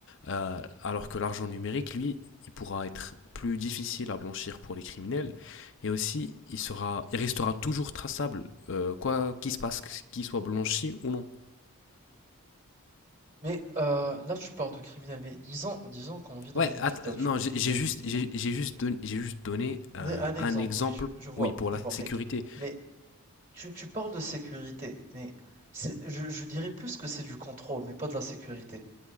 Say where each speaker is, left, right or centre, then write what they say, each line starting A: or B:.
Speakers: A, on the left; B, on the right.
A: Euh, alors que l'argent numérique, lui, il pourra être plus difficile à blanchir pour les criminels, et aussi, il, sera, il restera toujours traçable, euh, quoi qu'il se passe, qu'il soit blanchi ou non.
B: Mais euh, là, tu parles de criminel. Mais disons, disons qu'on vit dans
A: Ouais,
B: une dictature.
A: non, j'ai j'ai
B: Oui,
A: juste,
B: dis-moi.
A: j'ai j'ai juste, don- j'ai juste donné
B: Mais
A: euh,
B: Un exemple,
A: un exemple,
B: oui, je, je vois,
A: oui, pour
B: je
A: la
B: vois.
A: sécurité.
B: Mais, mais Tu, tu parles de sécurité, mais c'est, je, je dirais plus que c'est du contrôle, mais pas de la sécurité.